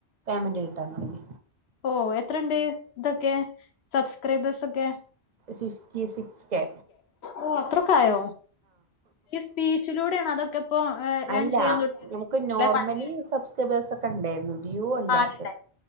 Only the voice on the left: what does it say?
ഓ എത്രണ്ട് ഇതൊക്കെ സബ്സ്ക്രൈബേഴ്സക്കെ
ഓ അത്രൊക്കെ ആയോ ഈ സ്പീച്ചിലൂടെയാണ്, അതൊക്കെ ഇപ്പോ
ഏൺ ചെയ്യാൻ തുടങ്ങിയത്
അല്ലെ
പണ്ടേ ഉണ്ടോ
ആദ്യം ഉണ്ടായി